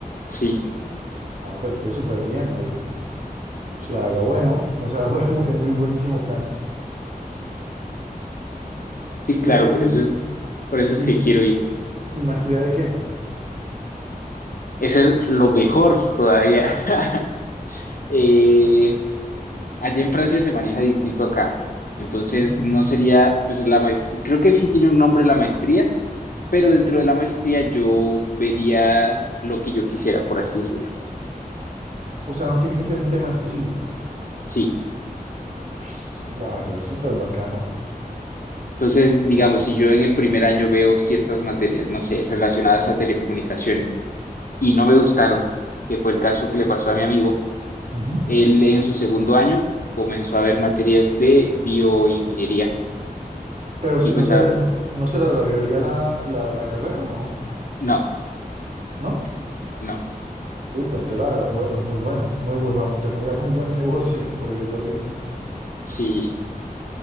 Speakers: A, on the left; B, on the right.
A: Sí,
B: Ah, pero entonces súper bien, marica. Pues la verdad, bueno, o sea, <laughs> bu- es muy buenísimo plan.
A: sí,
B: ¿Y,
A: claro,
B: espe-
A: por eso, por eso es
B: y, y,
A: que
B: maestr-
A: quiero ir.
B: y maestría de qué?
A: Eso es lo mejor todavía. <laughs> Eh, Allá en Francia se maneja distinto acá. Entonces,
B: Ujú.
A: no sería, pues la maestría, creo que sí tiene un nombre la maestría, pero dentro de la maestría yo vería lo que yo quisiera, por así decirlo.
B: O sea, no tiene que ser un tema en específico.
A: Sí.
B: Pues, la verdad, súper bacano.
A: Entonces, digamos, si yo en el primer año veo ciertas materias, no sé, relacionadas a telecomunicaciones y no me gustaron, que fue el caso que le pasó a mi amigo,
B: Ujú.
A: él en su segundo año comenzó a ver materias de bioingeniería
B: Pero
A: y
B: se-
A: pues
B: no se,
A: a
B: le- no, no se le alargaría la, la, la carrera, ¿no?
A: no,
B: ¿No?
A: no,
B: Uy, pues entonces la verdad, es bu- es muy bueno, muy, bu- o sea, entre comillas, muy buen negocio, <laughs> por decirlo así.
A: sí.